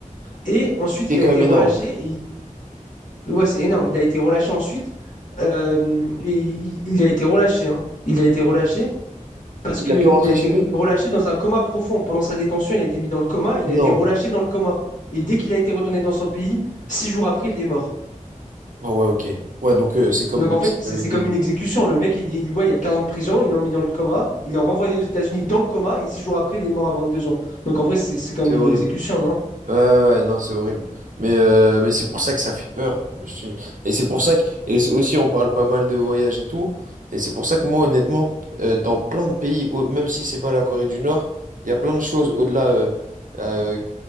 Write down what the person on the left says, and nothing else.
Et ensuite,
il
a été
relâché.
Et... Ouais, c'est énorme. Il a été relâché ensuite. Euh, et il, il a été relâché. hein. Il a été relâché parce
qu'il
a été
relâché dans un coma profond. Pendant sa détention, il a été mis dans le coma. Il
a été relâché dans le coma. Et dès qu'il a été retourné dans son pays, six jours après, il est mort.
Donc en fait,
c'est
c'est
comme
une exécution. Le mec, il, il, ouais, il y a 15 ans de prison, il l'ont mis dans le coma, il l'ont renvoyé aux États-Unis dans le coma, et six jours après, il est mort à deux ans. Donc en vrai, c'est c'est comme
une
exécution, non?